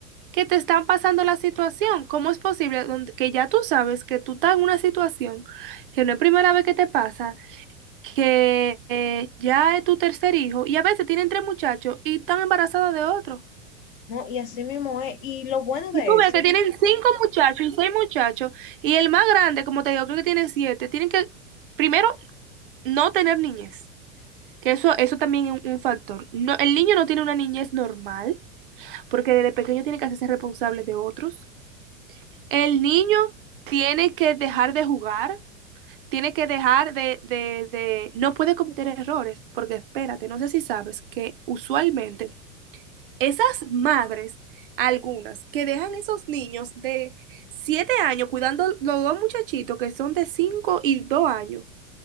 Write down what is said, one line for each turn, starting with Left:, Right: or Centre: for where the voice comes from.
Right: que te están pasando la situación. ¿Cómo es posible donde- que ya tú sabes que tú estás en una situación que no es primera vez que te pasa? que eh, ya es tu tercer hijo y a veces tienen tres muchachos y están embarazadas de otro.
Left: No, y así mismo es, y lo bueno
Right: Y
Left: de
Right: tú
Left: eso,
Right: ves que tienen cinco muchachos y seis muchachos y el más grande, como te digo, creo que tiene siete. Tienen que, primero, no tener niñez, que eso, eso también es un, un factor. No, el niño no tiene una niñez normal porque desde pequeño tiene que hacerse responsable de otros. El niño tiene que dejar de jugar. Tiene que dejar de, de, de, no puede cometer errores, porque espérate, no sé si sabes que usualmente Esas madres, algunas, que dejan esos niños de 7 años cuidando los dos muchachitos que son de 5 y 2 años.